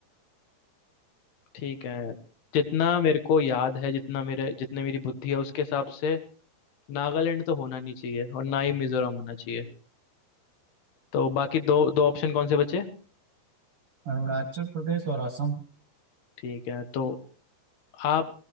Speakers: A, on the left (about 75°); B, on the right (about 45°).
A: ठीक है जितना मेरे को याद है जितना मेरे जितने मेरी बुद्धि है उसके हिसाब से नागालैंड तो होना नहीं चाहिए और ना ही मिजोरम होना चाहिए तो बाकी दो दो ऑप्शन कौन से बचे
B: अरुणाचल प्रदेश और असम
A: ठीक है तो आप